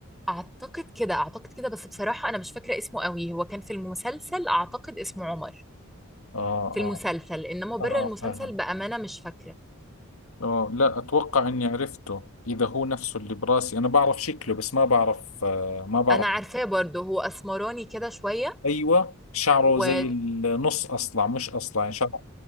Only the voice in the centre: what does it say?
اعتقد كده اعتقد كده بس بصراحة انا مش فاكرة اسمه قوي هو كان في المسلسل اعتقد اسمه عمر
في
المسلسل انما بره
المسلسل
بأمانة مش فاكرة
انا عارفاه برضه هو اسمراني كده شوية
وايوه